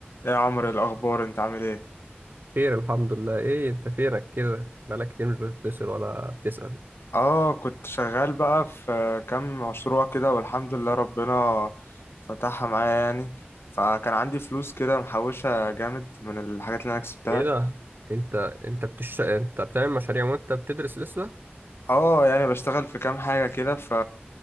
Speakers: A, on the left; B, on the right.
A: إيه يا عمرو إيه الأخبار أنت عامل إيه؟
B: خير الحمد لله ايه انت فينك كده بقالك كتير مش بتتصل ولا بتسأل
A: آه كنت شغال بقى في كام مشروع كده والحمد لله ربنا فتحها معايا يعني فكان عندي فلوس كده محوشة جامد من الحاجات اللي أنا كسبتها
B: ايه ده انت انت بتش انت بتعمل مشاريع وانت بتدرس لسه
A: آه يعني بشتغل في كام حاجة كده ف...